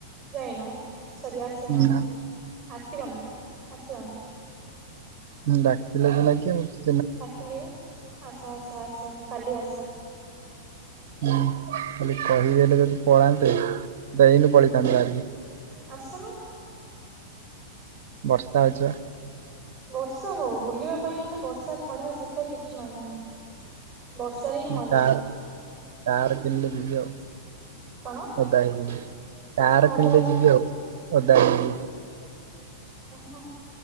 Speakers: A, on the right; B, on the right.
A: ଯାଇନ ସରି ଆସିନ
B: ନା
A: ଆସିବ ନା ଆସିବ ନା।
B: ହୁଁ ଡାକିଲେ ସିନା କିିଏ ମତେ।
A: ଡକିଲି ବା ଆସ ଆସ ଆସ କାଲି ଆସ।
B: ହୁଁ ଖଲି କହିଦେଲେ ଯଦି ପଳାନ୍ତେ ମୁଁ ତ ଏଇନୁ ପଳେଇଥାନ୍ତି ବାହାରିକି।
A: ଆସୁନ।
B: ବର୍ଷା ହୋଉଚିବା।
A: ବର୍ଷା ହୋଉ ବୁଲିବା ପାଇଁ ହେଲେ ବର୍ଷା ଖରା ଶୀତ କିଛି ମାନନା ବର୍ଷା ରେ ହିଁ ମଜା
B: କାର କାର କିଣିଲେ ଯିବି ଆଉ।
A: କଣ?
B: ଓଦା ହେଇଯିବି ତାର
A: ହଁ ଓଦା
B: କିଣିଲେ
A: ହେଲ
B: ଯିବି ଆଉ ଓଦା ହେଇଯିବି।
A: ଓହୋ।